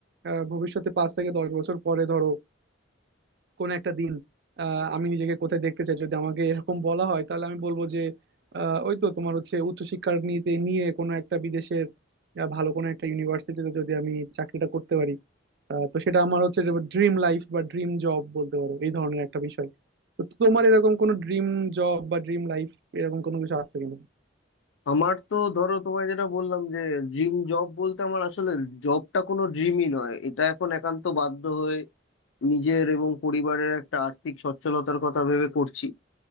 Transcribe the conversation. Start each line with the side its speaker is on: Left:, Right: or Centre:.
Right: আহ, ভবিষ্যতে পাঁচ থেকে দশ বছর পরে ধরো কোন একটা দিন আহ, আমি নিজেকে কোথায় দেখতে চাই যদি আমাকে এরকম বলা হয় তাহলে আমি বলবো যে আহ, ওই তো তোমার হচ্ছে উচ্চশিক্ষা নিতে নিয়ে কোনো একটা বিদেশের আহ, ভালো কোনো একটা ইউনিভার্সিটিতে যদি আমি চাকরিটা করতে পারি আহ, তো সেটা আমার হচ্ছে ড্রিম লাইফ বা ড্রিম জব বলতে পারো এই ধরনের একটা বিষয় তো তোমার এরকম কোনো ড্রিম জব বা ড্রিম লাইফ এরকম কোনো কিছু আছে কিনা
Left: আমার তো ধরো তোমায় যেটা বললাম যে ড্রিম জব বলতে আমার আসলে জবটা কোনো ড্রিমই নয় এটা এখন একান্ত বাধ্য হয়ে নিজের এবং পরিবারের একটা আর্থিক সচ্ছলতার কথা ভেবে করছি